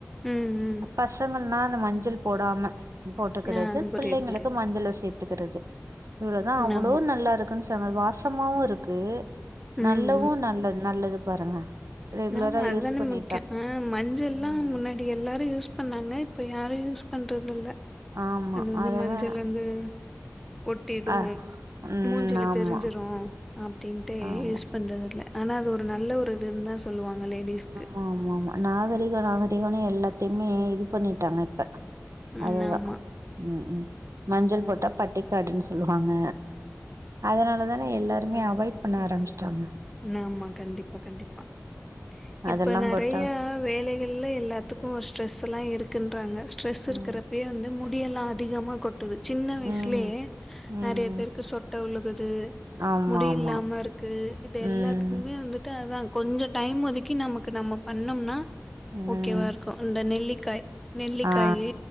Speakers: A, in the centre; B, on the right (about 70°).
A: ம்
B: பசங்கனா அந்த மஞ்சள் போடாம போட்டுக்கிறது
A: ம் ஆ புரியுது
B: பிள்ளைங்களுக்கு
A: புரியுது
B: மஞ்சள்ல சேத் கத்துக்கிறது இவ்வளவுதா அவ்வளோ
A: ஆமா
B: நல்லா இருக்குன் சொன்னது வாசமாவு இருக்கு
A: ம்
B: நல்லவு நல்லது நல்லது பாருங்க ரெகுலரா
A: நாம அதுதானே
B: யூஸ் பண்ணிட்டா
A: முக்கிய ம் மஞ்சள்ல்லா
B: ம்
A: முன்னாடி எல்லாரு யூஸ் பண்ணாங்க இப்ப யாரு யூஸ் பண்றது இல்ல
B: ஆமா
A: அது வந்து
B: அதெல்லா
A: மஞ்சள் வந்து ஒட்டிடு
B: அ ம்
A: மூஞ்சில
B: ஆமா
A: தெரிஞ்சிரு அப்படின்ட்டு
B: ஆமா
A: யூஸ் பண்றது இல்ல ஆனா அது ஒரு நல்ல ஒரு இதுன்தா சொல்லுவாங்க லேடிஸ்க்கு
B: ஆமா ஆமா நாகரிக நாகரீகனே எல்லாத்தையுமே இது பண்ணிட்டாங்க இப்ப
A: ம்
B: அதுதா
A: ஆமா.
B: ம் ம் மஞ்சள் போட்டா பட்டிக்காடுன் சொல்லுவாங்க அதனால தானே எல்லாருமே அவாய்ட் பண்ண ஆரம்ச்ட்டாங்க
A: மாமாங் கண்டிப்பா கண்டிப்பா இப்ப
B: அதெல்லா
A: நெறைய
B: போட்டா
A: வேலைகள்ல எல்லாத்துக்கு ஒரு ஸ்ட்ரெஸ் எல்லா இருக்குன்றாங்க ஸ்ட்ரெஸ் இருக்கிறப்பே
B: ம்
A: வந்து மு டி எல்லா அதிகமா கொட்டுது சின்ன வயசுலியே
B: ம் ம்
A: நெறைய பேருக்கு சொட்ட விழுகுது
B: ஆமா
A: முடி
B: ஆமா
A: இல்லாம இருக்கு பட் எல்லாத்துக்குமே
B: ம்
A: வந்துட்டு அதா கொஞ்ச டைம் ஒதுக்கி நமக்கு நம்ம பண்ணோம்னா
B: ம்
A: ஓகேவா இருக்கு இந்த நெல்லிக்காய் நெல்லிக்காய்யு
B: ஆ